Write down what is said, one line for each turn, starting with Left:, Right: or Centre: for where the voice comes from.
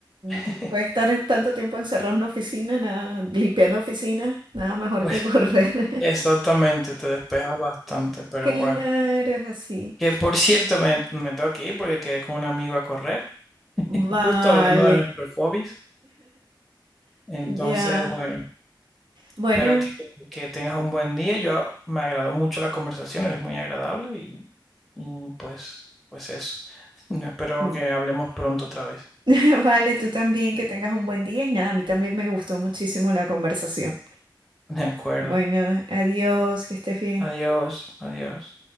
Centre: <laughs>
Right: te puede estar tanto tiempo encerrado en una oficina, nada, limpiando oficinas, nada mejor
Centre: Pues
Right: que correr.
Centre: exactamente,
Right: <laughs>
Centre: te despeja bastante, pero
Right: Claro,
Centre: bueno.
Right: es así.
Centre: Que por cierto, me, me tengo que ir porque quedé con un amigo a correr,
Right: Vale,
Centre: justo hablando de nuestros hobbies. Entonces,
Right: ya.
Centre: bueno,
Right: Bueno,
Centre: espero que, que tengas un buen día. Yo me agradó mucho la conversación, eres muy agradable y, y pues, pues eso. <laughs> Espero
Right: mm,
Centre: que hablemos pronto otra vez.
Right: <laughs> vale, tú también que tengas un buen día y nada, a mí también me gustó muchísimo la conversación.
Centre: De acuerdo.
Right: Bueno, adiós, que estés bien.
Centre: Adiós, adiós.